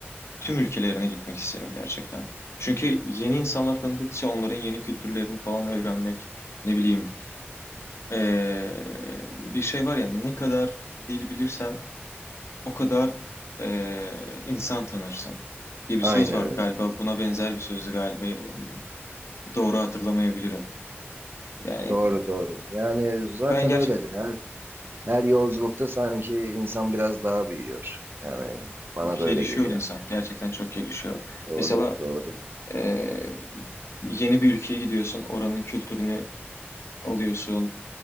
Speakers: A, on the left (about 85°); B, on the right (about 55°).
A: tüm ülkelerine gitmek isterim gerçekten. Çünkü yeni insanlar tanıdıkça onların yeni kültürlerini falan öğrenmek, ne bileyim, eee, bir şey var ya ne kadar dil bilirsen o kadar eee, insan tanırsın diye bir
B: Aynen
A: söz vardı
B: öyle.
A: galiba. Buna benzer bir sözdü galiba. Yani doğru hatırlamayabilirim. Yani
B: Doğru doğru. Yani zaten
A: ben gerçekten
B: öyledir. Her her yolculukta sanki insan biraz daha büyüyor. Yani bana da
A: gelişiyor
B: öyle geliyor.
A: insan. Gerçekten çok gelişiyor.
B: Doğru
A: Mesela
B: doğru.
A: eee, yeni bir ülkeye gidiyorsun, oranın kültürünü alıyorsun,